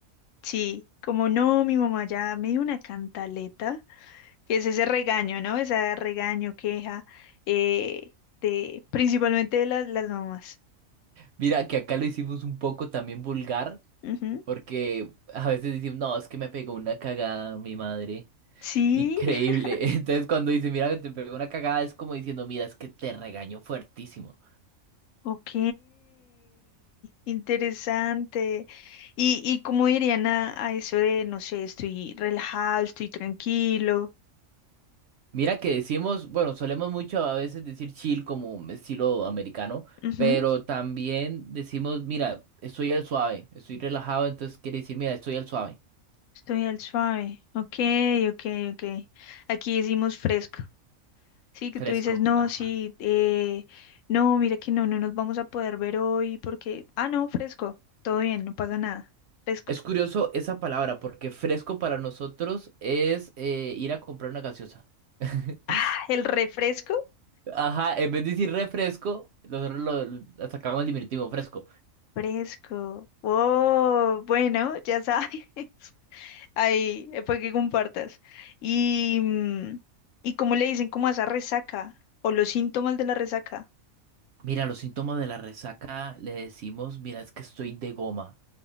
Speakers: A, on the left; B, on the right.
A: sí, como no, mi mamá ya me dio una cantaleta, que es ese regaño, ¿no? Ese regaño, queja, eh, de, principalmente de las, las mamás.
B: Mira, que acá lo hicimos un poco también vulgar
A: Ujú.
B: porque a veces decimos, no, es que me pegó una cagada mi madre.
A: Sí,
B: Increíble.
A: <laughs>
B: <laughs> Entonces cuando dice, mira, que te pegó una cagada es como diciendo, mira, es que te regañó fuertísimo.
A: ok, interesante. Y, y cómo dirían a, a eso de, no sé, estoy relajado, estoy tranquilo.
B: Mira que decimos, bueno, solemos mucho a veces decir chill como un estilo americano,
A: Ujú,
B: pero también decimos, mira, estoy al suave, estoy relajado, entonces quiere decir, mira, estoy al suave,
A: Estoy al suave. Ok, ok, ok. Aquí decimos fresco. Sí, que
B: fresco.
A: tú dices, no,
B: Ajá.
A: sí, eh, no, mira que no, no nos vamos a poder ver hoy porque, ah, no, fresco. Todo bien, no pasa nada. Fresco.
B: Es curioso esa palabra, porque fresco para nosotros es eh, ir a comprar una gaseosa. <laughs>
A: <laughs> ¿El refresco?
B: Ajá, en vez de decir refresco, nosotros lo, lo sacamos el diminutivo fresco.
A: Fresco. Oh, bueno, ya sabes. <laughs> Ahí, eh, para que compartas. Y, mm, ¿y cómo le dicen como a esa resaca? O los síntomas de la resaca.
B: Mira, los síntomas de la resaca le decimos, mira, es que estoy de goma.